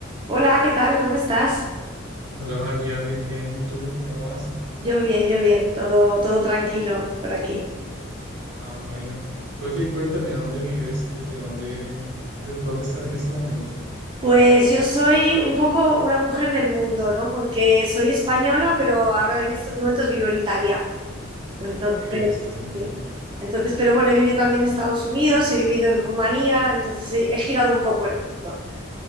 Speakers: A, on the right; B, on the right.
A: Hola, ¿qué tal? ¿Cómo estás?
B: Hola María, bien, bien. ¿Y tú cómo vas?
A: Yo bien, yo bien, todo, todo tranquilo por aquí.
B: Ah, bueno. Oye, cuéntame dónde vives, desde dónde, mm, de- dónde estás en este momento.
A: Pues yo soy un poco una mujer del mundo, ¿no? Porque soy española, pero ahora en estos momentos vivo en Italia. Entonces,
B: Ok, estás en Italia.
A: sí. Entonces, pero bueno, he vivido también en Estados Unidos, he vivido en Rumanía, entonces he, he girado un poco el mundo.